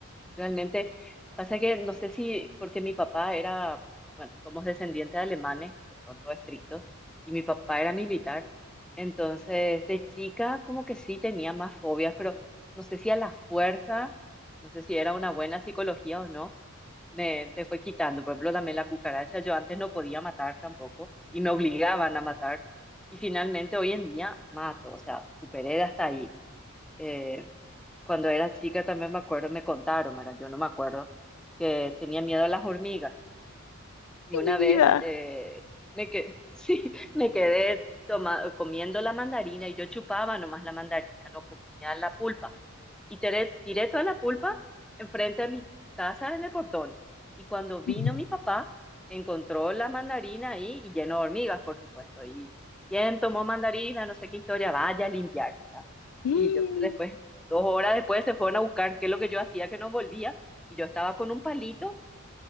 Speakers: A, in the centre; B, on the left.
A: realmente pasa que no sé si porque mi papá era, bueno, somos descendientes de alemanes, que son los estrictos, y mi papá era militar. Entonces, de chica como que sí tenía más fobias, pero no sé si a la fuerza, no sé si era una buena psicología o no, me, me fue quitando. Por ejemplo, también la cucaracha, yo antes no podía matar tampoco y me obligaban a matar. Y finalmente hoy en día mato, o sea, superé hasta ahí. Eh, Cuando era chica también me acuerdo, me contaron, ¿verdad? Yo no me acuerdo, que tenía miedo a las hormigas. Y una
B: Mi vida.
A: vez eh, me, que, <laughs> sí, me quedé toma- comiendo la mandarina y yo chupaba nomás la mandarina, no comía la pulpa y tiré, tiré toda la pulpa enfrente de mi casa en el portón. Y cuando vino
B: <laughs>
A: mi papá, encontró la mandarina ahí y lleno de hormigas, por supuesto. Y quién tomó mandarina, no sé qué historia, vaya a limpiar, ¿verdad?
B: Y,
A: Y yo después, dos horas después, se fueron a buscar qué es lo que yo hacía, que no volvía. Y yo estaba con un palito